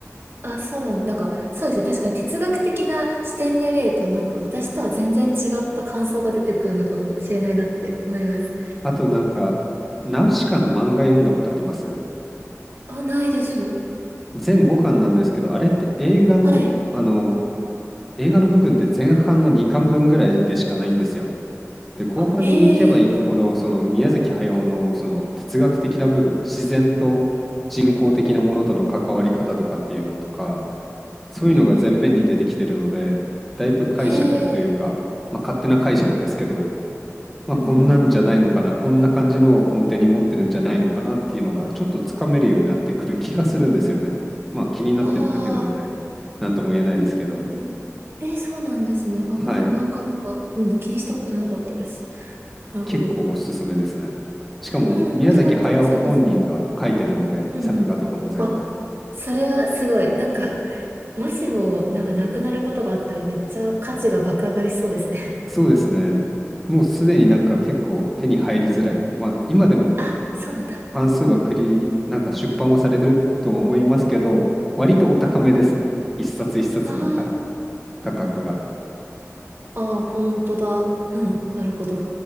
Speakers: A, on the right; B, in the centre.
A: あ、そうなん、なんか、そうですね。確かに哲学的な視点で見ると、なんか私とは全然違った感想が出てくるのかもしれないなって思います。
B: あとなんか、ナウシカの漫画読んだことあります
A: あ、ないです。
B: 全後巻なんですけど、あれって映画の、
A: はい。
B: あの、映画の部分って前半の2巻分ぐらいでしかないんですよ。で、後半に行けば行くほど、
A: あ、へえ。
B: その宮崎駿のその哲学的な部分、自然と人工的なものとの関わり方とかっていうのとか、
A: うんうん、
B: そういうのが前面に出てきてるので、
A: うんうん。
B: だいぶ解釈というか、
A: へえ。
B: まあ、勝手な解釈ですけど、まあ、
A: うんうん。
B: こんなんじゃないのかな、こんな感じのを根底に持ってるんじゃないのかなっていうのが、ちょっとつかめるようになってくる気がするんですよね。まあ気になってるだけなので、
A: ああ。
B: なんとも言えないですけど。
A: うんうんうんえー、そうなんですね。あんまり漫画とか、
B: はい。
A: うん、気にしたことなかったです。なるほど。
B: 結構おすすめですね。しかも宮崎駿本人が書いてるので、
A: うん、ありがとうございます。うんうん。
B: 作画とかも全部。
A: あ、それはすごい。なんか、もしも、なんかなくなることがあったらめっちゃ価値が爆上がりしそうですね。
B: そうですね。もうすでになんか結構手に入りづらい。まあ今でも
A: <laughs> あ、そうなんだ。
B: 半数は栗、なんか出版はされてるとは思いますけど、割とお高めですね。
A: うんうん。
B: 一冊一冊のか
A: あ
B: 価格が。
A: あ、ああ、本当だ。うん、なるほど。